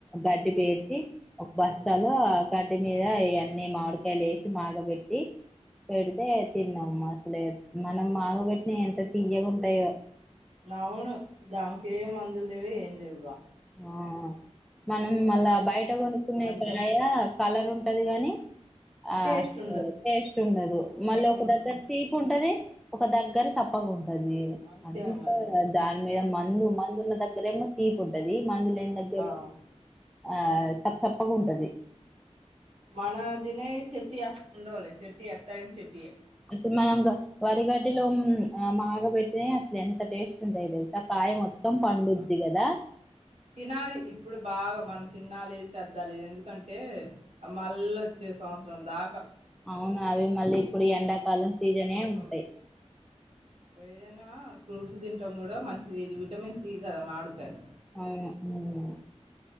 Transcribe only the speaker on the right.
అవును దానికి ఏ మందులు లేవు ఏం లేవుగా.
అంతే
టేస్ట్ ఉండదు
మ్మ్
అంతే
మరి
ఆ
మనదినే చెట్ అండలే చెట్ ఎట్ట చెట్టి
ఆ
తినాలి ఇప్పుడు బాగా మనం సిన్నలి పెద్దాల ఎందుకంటే మళ్ళ వచ్చే సంవత్సరం దాకా
మ్మ్
ఏదైనా ఫ్రూట్స్ తింటాం కూడా మంచిది ఇది విటమిన్స్ సి కదా మామిడికాయలు.